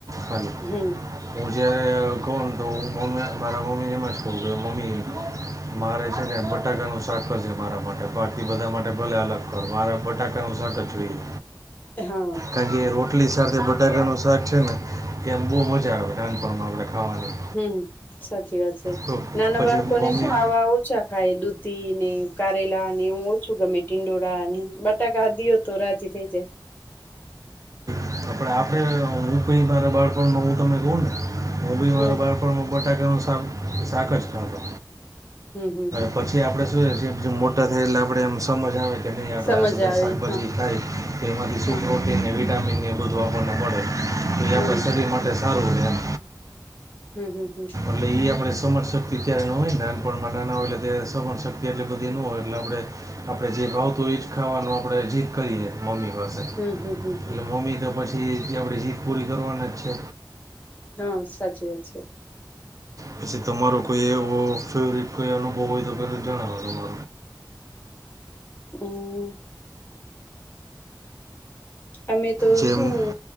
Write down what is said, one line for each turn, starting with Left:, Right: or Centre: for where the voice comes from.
Right: ખાલી
Left: હમ.
Right: મુજે કૌન તો મોમે મારા મમી ને એમજ કઉ કે મમી. મારે છે ને બટાકાનું શાકજ મારા માટે બાકી બધા માટે ભલે અલગ પર મારે બટાકા નું શાક જ જોઈએ.
Left: હા.
Right: કારણ કે રોટલી સાથે બટાકાનું શાક છે ને એમ બહુ મજા આવે નાનપણમાં આપણે ખાવાની.
Left: હમ્મ સાચી વાત છે,
Right: તો
Left: નાના
Right: પછી
Left: બાળકોને
Right: મમ્મી
Left: શું આવા ઓછા ખાય દૂધી ને કારેલાને એવું ઓછું ગમે. ટીંડોળને બ ટાકા દીઓ તો રાજી થઇ જાય.
Right: આપડે આપડે હું કઇ મારા બાળપણને હું તમને કહું ને હું બી મારા
Left: હમ
Right: બાળ પણ માં બટાકા નું શાક જ ખાતો.
Left: હમ હમ હમ
Right: પછી આપડે શું છે કે મોટા થાય એટલે આપડે એમ સમજ આવે. કે નહીં આપણે
Left: સમજ
Right: આઠદસ
Left: આવે
Right: શાકભાજી
Left: હા
Right: ખાઈ તો એમાંથી શું
Left: હા
Right: પ્રોટીનને વિટામિન એ બધું આપણને મળે. એ
Left: હમ
Right: આપડા શરીર માટે સારું છે એમ.
Left: હમ્મ હમ્મ હમ્મ.
Right: એટલે એ આપણે સમજ શક્તિ ત્યારે ન હોય નાનપણમાં નાના હોય એટલે ત સમજ શક્તિ એટલે બધી ન હોય એટલે આપણે આપડે જે ભાવતું એ જ ખાવાનું આપડે જીદ કરીએ મમ્મી પાસે.
Left: હમ્મ હમ્મ હમ્મ.
Right: એટલે મમ્મી તો પછી આપણે જીદ પૂરી કરવાના જ છે.
Left: હા, સાચી વાત છે.
Right: પછી તમારો કોઈ એવો ફેવરેટ કોઈ અનુભવ હોય તો જણાવો.
Left: અમ. અમે તો
Right: જેમ
Left: શું